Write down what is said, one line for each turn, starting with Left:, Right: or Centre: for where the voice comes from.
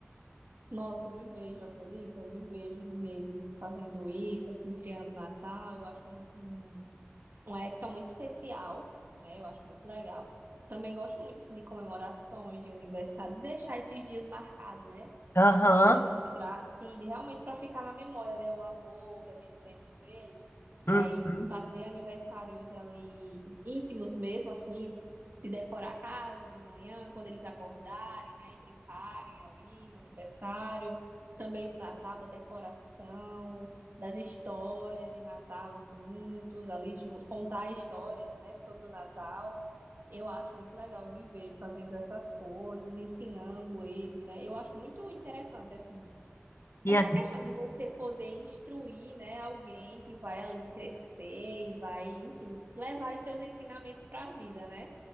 Right: Nossa, eu me vejo, acredita? Eu me vejo mesmo fazendo isso, assim, criando Natal. Eu acho um- um- uma época muito especial, né? Eu acho muito legal. Também gosto muito, assim, de comemorações, de aniversário, de deixar esses dias marcados, né?
Left: Aham.
Right: de demonstrar, assim, de realmente para ficar na memória, né? O amor que a gente sente por eles. E
Left: Uhum.
Right: aí fazer aniversários ali íntimos mesmo, assim, de decorar a casa de manhã, quando eles acordarem, né? E brincarem ali no aniversário. Também do Natal, da decoração, das histórias de Natal juntos, ali junto, contar histórias, né? Sobre o Natal. Eu acho muito legal, eu me vejo fazendo essas coisas, ensinando eles, né? Eu acho muito interessante, assim,
Left: E
Right: essa questão de você poder instruir, né, alguém que vai ali crescer e vai, enfim, levar esses seus ensinamentos para a vida, né?